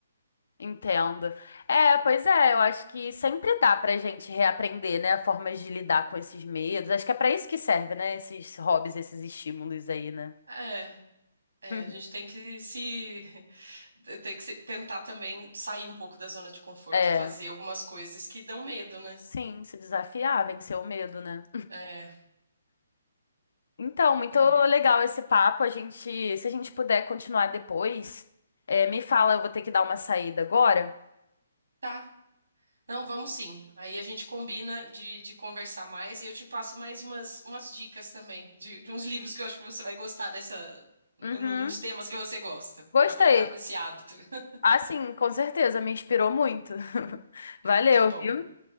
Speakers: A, on the left (about 70°); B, on the right (about 85°).
A: Entendo. É, pois é, eu acho que sempre dá pra gente reaprender, né, formas de lidar com esses medos. Acho que é pra isso que serve, né, esses hobbies, esses estímulos aí, né?
B: É, é,
A: <laughs>
B: a gente tem que se Tem que se- tentar também sair um pouco da zona de conforto
A: É,
B: e fazer algumas coisas que dão medo, né?
A: sim, se desafiar, vencer o medo, né?
B: É,
A: Então, muito
B: não.
A: legal esse papo. A gente, se a gente puder continuar depois, é, me fala, eu vou ter que dar uma saída agora.
B: Tá. Não, vamos sim. Aí a gente combina de, de conversar mais e eu te passo mais umas, umas dicas também de, de uns livros que eu acho que você vai gostar nessa,
A: Uhum.
B: no- nos temas que você gosta,
A: Gostei.
B: para voltar com esse hábito. <laughs>
A: Ah, sim, com certeza, me inspirou muito. <laughs> Valeu,
B: Ai, Que bom.
A: viu?